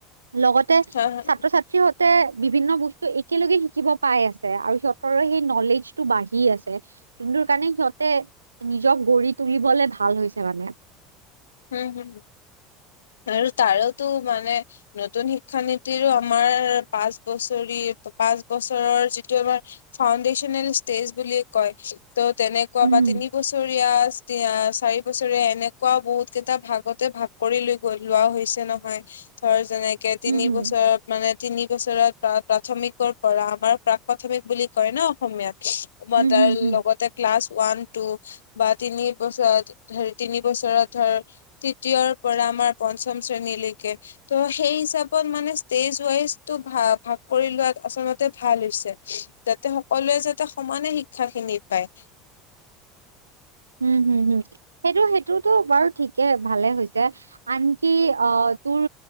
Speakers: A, on the right; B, on the left.
A: লগতে
B: হা হা
A: ছাত্ৰ ছা ত্ৰী সিহঁতে বিভিন্ন বস্তু একেলগে শিকিব পাই আছে আৰু সিহঁতৰ সেই নলেজটো বাঢ়ি আছে। যোনটোৰ কাৰণে সিহঁতে নিজক গঢ়ি তুলিবলে ভাল হৈছে মানে।
B: হম হম আৰু তাৰোতো মানে নতুন শিক্ষানীতিৰো আমাৰ পাঁচ বছৰি পাঁচ বছৰৰ যিটো আমাৰ ফাউণ্ডেশচনেল ষ্টেজ বুলিয়ে কয়, ত তেনে কুৱা
A: উম
B: বা
A: হুম,
B: তিন বছৰীয়া চাৰি বছৰীয়া এনেকুৱাও বহুত কেইটা ভাগতে ভাগ কৰি লৈ গৈ লোৱা হৈছে নহয়, ধৰ যেনেকে তিনি
A: হুম হুম,
B: বছৰ মানে তিনি বছৰত প্ৰাথমিকৰ পৰা আমাৰ প্ৰাক প্ৰাথমিক বুলি কয় ন অসমীয়াত। মই
A: হুম
B: তাইৰ
A: হুম হুম।
B: লগতে ক্লাছ ওৱান টু বা তিনি বছৰত হেৰি তিনি বছৰত ধৰ তৃতীয়ৰ পৰা আমাৰ পঞ্চম শ্ৰেণীলৈকে ত' সেই হিচাপত মানে ষ্টেজ ৱাইজটো ভা ভাগ কৰি লোৱাত আচলতে ভাল হৈছে। যাতে সকলোৱে যাতে সমানে শিক্ষা খিনি পায়।
A: উম হুম হুম সেইটো সেইটোতো বাৰু ঠিকে ভালে হৈছে। আনকি অঁ তোৰ